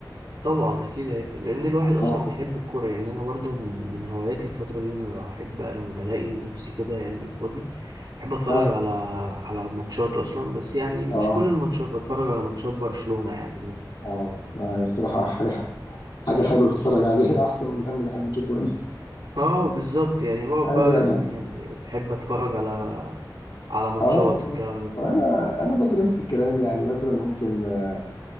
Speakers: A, on the right (about 80°); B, on the left (about 75°).
A: طبعا اكيد هيفرق لان الواحد اصلا
B: اه
A: بيحب الكوره يعني انا برضو من من هواياتي الفتره دي لما بحب لما بلاقي نفسي كده يعني فاضي بحب اتفرج
B: اه
A: على على ماتشات اصلا بس يعني مش
B: اه
A: كل الماتشات بتفرج على ماتشات برشلونه يعني
B: اه آه، الصراحه حاجه حاجه حلوه تتفرج عليها <laughs> احسن من الهم اللي احنا بنشوفه هنا
A: اه بالظبط يعني بقعد
B: ايوه
A: بقى
B: انا
A: يعني احب اتفرج على على ماتشات
B: اه بالظبط
A: الكلام ده
B: وانا انا برضو نفس الكلام يعني مثلا ممكن آه،